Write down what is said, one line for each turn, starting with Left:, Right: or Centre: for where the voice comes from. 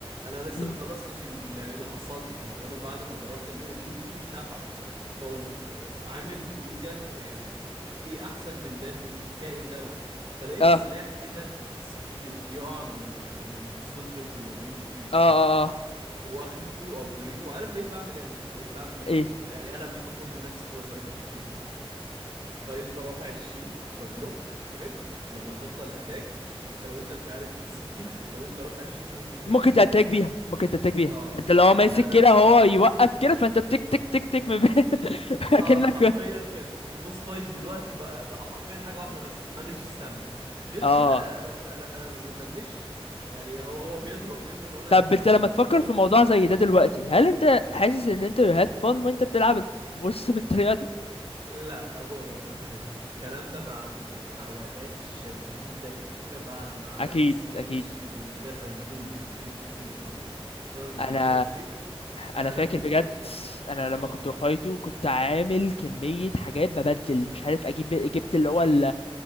Right: انا لسه
Left: اه
Right: ما خلصتش ال... يعني اللي حصل لي انا بقول لك بعد ما جربت البيلد البيلد دي مش نافعه فقمت عامل جوجل يعني ايه احسن بلدات ضد الكائن دوت فلقيت
Left: اه
Right: سلاح كده سبير بيقع من من السولجرز اللي موجودين في الدي ال سي
Left: اه آه.
Right: واخدته ابجريته وعارف بقيت بعمل ايه يا ميدو بقيت بعمل
Left: ايه
Right: يعني انا مش فخور بنفسي خالص قبل ما تشتمني بس بقيت برافع الشيلد ببلوك حلو ولما يبطل اتاك انت لو انت مش عارف في سبيرز انت وانت رافع الشيلد ممكن تاتاك
Left: ممكن تتاك بيها ممكن تتاك بيها
Right: اه
Left: فانت لو هو ماسك
Right: انا
Left: كده هو يوقف كده فانت تك تك تك تك من بين- <laughs>
Right: اه
Left: كأنك
Right: حرفيا كان البوس فايت دلوقتي بقى بقى حرفيا حاجه واحده بس مانج ستامina غير
Left: اه
Right: كده انا ب- انا انا أنا ما بدمش يعني هو هو بيضرب بيضرب وانا
Left: طب انت
Right: هو
Left: لما
Right: هو
Left: تفكر في موضوع زي ده دلوقتي هل انت حاسس ان انت هاد فن وانت بتلعب الف- بص بالطريقة دي
Right: لا بص هفهمك الكلام ده بعد محاولات شديدة كتيرة بعد ما عملت
Left: اكيد
Right: سويتش
Left: اكيد
Right: بين كذا البيلد البيلد البيلد البيلد لدرجة
Left: انا
Right: ان انا زهقت
Left: انا
Right: انا
Left: فاكر
Right: كنت
Left: بجد انا لما
Right: اه
Left: كنت بفايته كنت عامل كمية حاجات ببدل مش عارف اجيب جبت اللي هو ال...